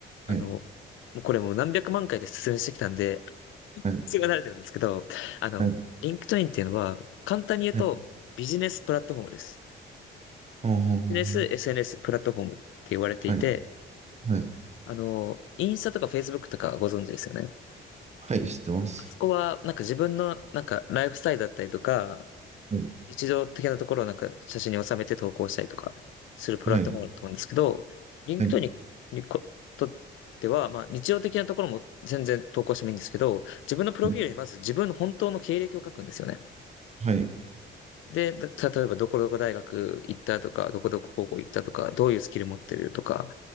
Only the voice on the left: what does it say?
あの、
もうこれもう何百万回で説明してきたんで、
すごい慣れてるんですけど、あの、
リンクトインっていうのは、簡単に言うと、
ビジネスプラットフォームです。
ビジネス SNS プラットフォームって言われていて、
あの、インスタとかフェイスブックとかご存知ですよね。
あそこは、なんか自分の、なんかライフスタイルだったりとか、
日常的なところをなんか写真に収めて投稿したりとかするプラットフォームだと思うんですけど、
リンクトインに
にことっては、まあ日常的なところも全然投稿してもいいんですけど、自分のプロフィールにまず自分の本当の経歴を書くんですよね。
で、例えばどこどこ大学行ったとか、どこどこ高校行ったとか、どういうスキル持ってるとか、